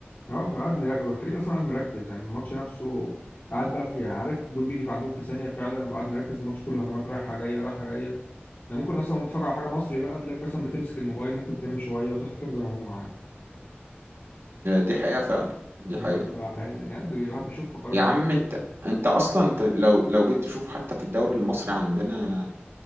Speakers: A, on the left (about 55°); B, on the right (about 80°).
A: هو بتبقى قاعد مر- الخليج اصلا قاعد مركز يعني الماتش نفسه قاعد بقى في يعني عارف الجون بيجي في عندهم في ثانيه فعلا وقاعد مركز الماتش كله هجمات رايحه جايه رايحه جايه ده ممكن اصلا وأنت بتتفرج على حاجه مصري بقى تلاقيك مثلا بتمسك الموبايل ممكن تنام شويه وتصحى تقوم زي ما هم عادي
B: دي حقيقة فعلا دي
A: يعني
B: حقيقة
A: بتبقى ح- يعني بي- الواحد بيشوف فقرات
B: يا
A: بقى
B: عم انت انت اصلا انت لو لو جيت تشوف حتى في الدوري المصري عندنا